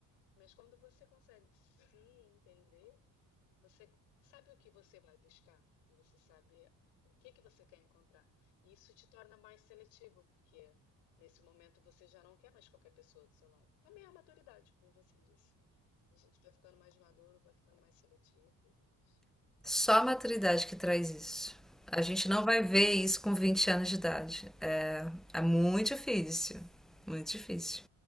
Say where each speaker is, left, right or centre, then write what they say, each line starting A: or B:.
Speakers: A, on the left (about 85°); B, in the centre.
A: Mas quando você consegue se entender, você sabe o que você vai buscar e você sabe o que que você quer encontrar. E isso te torna mais seletivo, porque nesse momento você já não quer mais qualquer pessoa do seu lado. Também é a maturidade, como você disse. A gente vai ficando mais maduro, vai ficando mais seletivo e mais.
B: Só a maturidade que traz isso. A gente não vai ver isso com 20 anos de idade. É, é muito difícil. Muito difícil.